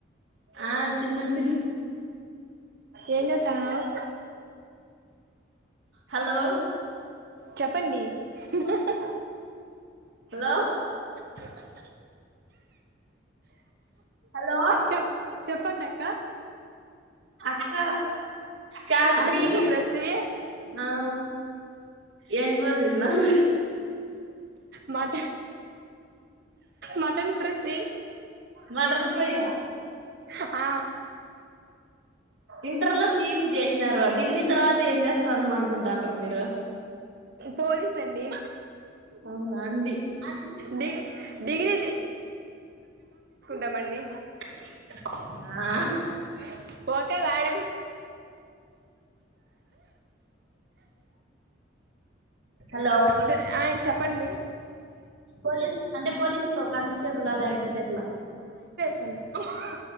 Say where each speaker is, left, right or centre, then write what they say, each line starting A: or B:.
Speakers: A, on the right (about 75°); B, on the right (about 55°).
A: ఆ తిన్నా తిన్నా
B: ఎంచేస్తన్నావ్
A: హలో
B: చెప్పండి <unintelligible>
A: హలో
B: <unintelligible>
A: హలో
B: చెప్ చెప్పండి అక్క
A: అక్క కాదు
B: ఆ
A: మీ
B: చెప్పు ప్రసి
A: ఔ ఏం కూర తిన్నావ్
B: మట మటన్ ప్రసీ
A: మటన్ ఫ్రైనా
B: హ్ ఆ
A: ఇంటర్లో సి ఈ సి చేసినారు డిగ్రీ తర్వాత ఏం చేస్తాందిమ అనుకుంటాండ్రు మీరు
B: పోలీస్ అండి
A: అవునా అండి అండి
B: డి- డిగ్రీ టామండి
A: <unintelligible>
B: <unintelligible>
A: ఆ.
B: ఓకే మ్యాడం
A: హలో
B: స- ఆ, చెప్పండి
A: పోలీస్ అంటే పోలీసులో కానిస్టేబులా లేకపోతే ఎట్లా
B: చెన్ హ్